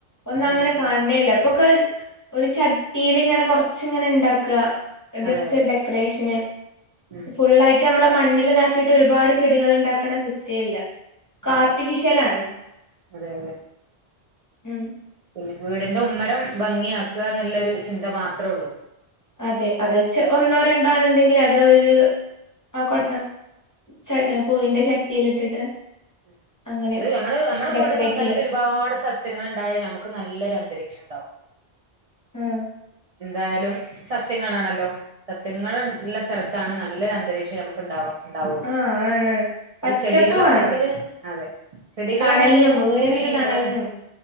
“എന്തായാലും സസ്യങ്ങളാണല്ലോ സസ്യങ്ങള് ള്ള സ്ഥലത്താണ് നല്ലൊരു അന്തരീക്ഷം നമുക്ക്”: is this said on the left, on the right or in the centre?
Right